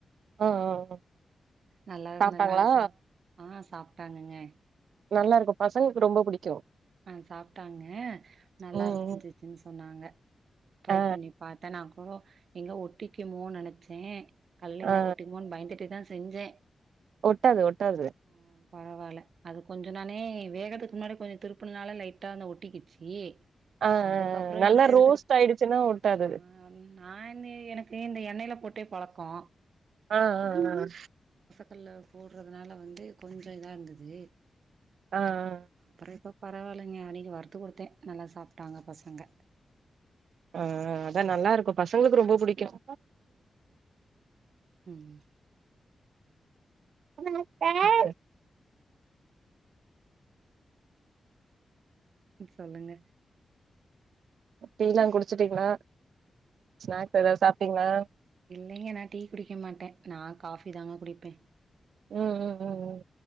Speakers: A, on the right (about 85°); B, on the right (about 70°).
A: ஆ ஆ ஆ
B: நல்லா இருந்தனால
A: சாப்ட்டாங்களா
B: சாப் ஆ சாப்ட்டாங்கங்க
A: நல்லா இருக்கு பசங்களுக்கு ரொம்ப புடிக்கு ம்
B: ஆ சாப்ட்டாங்க நல்லா
A: ம்
B: இருக்குன் ச்சுன்னு சொன்னாங்க ட்ரை
A: ஆ
B: பண்ணி பாத்தே நா கூ எங்க ஒட்டிக்குமோனு நெனச்சே கல்லுல எங்கேயாது
A: ஆ
B: ஒட்டிக்குமோன்னு பயந்துட்டே தா செஞ்சே
A: ஒட்டாது ஒட்டாது
B: ம் பரவால்ல அது கொஞ்சோ நானே வேகுறதுக்கு முன்னாடி கொஞ்சோ திருப்புனனால லைட்டா அங்க ஒட்டிக்குச்சு
A: ஆ
B: அதுக்கப்பறோ
A: ஆ ஆ நல்லா
B: இந்த செடுத்துரு
A: ரோஸ்ட் ஆயிடுச்சுன்னா ஒட்டாது
B: ஆ நா இந்த எனக்கு இந்த எண்ணெயில போட் ட்டே பழக்கோ
A: ஆ ஆ ஆ
B: கல்லுல போடுறதுனால வந்து கொஞ்சொ இதா இருந்தது
A: ஆ ஆ
B: ப்பறோ இப்ப பரவால்லேங்க அன்னக்கி வறுத்து குடுத்தே நல்லா சாப்ட்டாங்க பசங்க
A: ஆ அதா நல்லா இருக்கும் பசங்களுக்கு ரொம்ப புடிக்கும்
B: ம்
A: நமஸ்கார்
B: சொல்லுங்க
A: டீல்லா குடிச்சட்டீங்களா ஸ்நாக்ஸ் எதாவது சாப்ட்டீங்களா
B: இல்லங்க நா டீ குடிக்க மாட்டே நா காஃபி தாங்க குடிப்பே
A: ம் ம் ம்